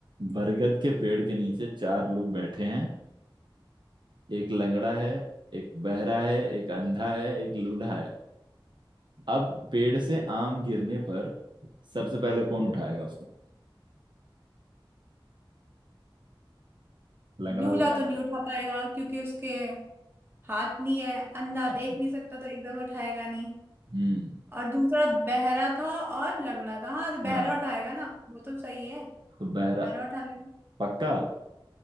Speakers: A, on the right; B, on the right.
A: बरगद के पेड़ के नीचे चार लोग बैठे हैं एक लंगड़ा है एक बहरा है एक अंधा है एक लूला है अब पेड़ से आम गिरने पर सबसे पहले कौन उठाएगा उसको लंगड़ा
B: लूला
A: उठाएगा
B: तो नहीं उठा पाएगा क्योंकि उसके हाथ नहीं है अंधा
A: अच्छा
B: देख नहीं सकता तो एकदम उठाएगा नहीं
A: हम्म
B: और दूसरा बहरा था और लंगड़ा था हाँ तो बहरा
A: हाँ
B: उठाएगा ना वो तो सही है
A: तो बहरा
B: बहरा उठा लेगा
A: पक्का